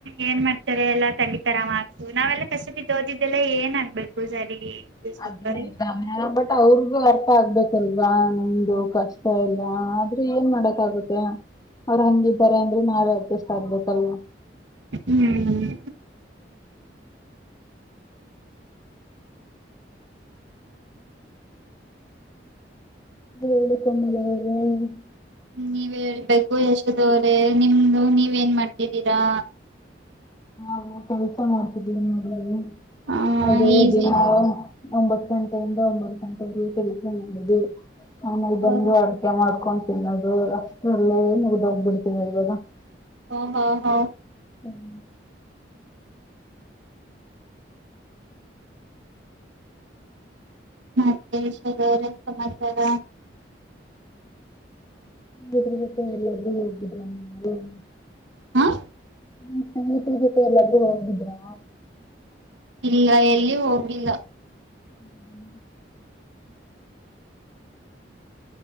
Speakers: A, on the right; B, on the left.
A: ಏನ್ ಮಾಡ್ತಾರೆ ಎಲ್ಲಾ ತಗಿಿತಾರ್ ಮಾರ್ಕ್ಸ್ ನಾವೆಲ್ಲ ಕಷ್ಟದಿದ್ದ ಓದಿದ್ದೆಲ್ಲ ಏನ್ ಆಗ್ಬೇಕು ಸರಿ. ಯಶೋದವ್ರೆ.
B: ಅದ ನಿಜನೆ ಬಟ್ ಅವ್ರಗು ಅರ್ಥ. ಅರ್ಥ ಆಗ್ಬೇಕಲ್ವಾ ನಿಮ್ದು ಕಷ್ಟ ಎಲ್ಲ ಆದ್ರೂ ಏನ್ ಮಾಡಕ್ ಆಗುತ್ತೆ. ಅವ್ರ ಹಂಗಿದಾರೆ ಅಂದ್ರೆ ನಾವೆ ಅಡ್ಜಸ್ಟ್ ಆಗ್ಬೇಕಲ್ವಾ.
A: ಹ್ಮ್.
B: <unintelligible>
A: ನೀವ್ ಹೇಳ್ಬೇಕು ಯಶೋದವ್ರೆ ನಿಮ್ದು ನೀವ ಎನ್ ಮಾಡ್ತಿದ್ದೀರಾ.
B: ಹಾ ಕೆಲ್ಸ ಮಾಡ್ತಿದ್ದೀಿ ನೋಡ್ರಿ.
A: ಹ
B: ಅದೇ
A: ಈಸಿ
B: ದಿನಾವು. ಒಂಬತ್ತು ಗಂಟೆಯಿಂದ ಒಂಬತ್ತು ಗಂಟೆಗೆ ಕೆಲಸ ಮುಗ್ದಿ. ಆಮೇಲೆ ಬಂದು
A: ಓ
B: ಅಡಗೆ ಮಾಡ್ಕೊಂಡ. <unintelligible> <inaudible>
A: ಹ್ಮ ಹಾ ಹಾ
B: ಹ್ಮ್
A: ಮತ್ತೆ ಏನ್ರೀ ಸಮಾಚಾರ
B: ಹ್ಮೊ ಎಲ್ಲ್ದ ಹೋಗಿದ್ದ <unintelligible>
A: ಹಾಂ
B: ನೀವು ಸಂಗೀತ ಜೊತೆ ಎಲ್ಲಾದ್ರು ಹೋಗಿದ್ದೀರ
A: ಇಲ್ಲ ಎಲ್ಲಿ ಹೋಗಿಲ್ಲ
B: ಹ್ಮ್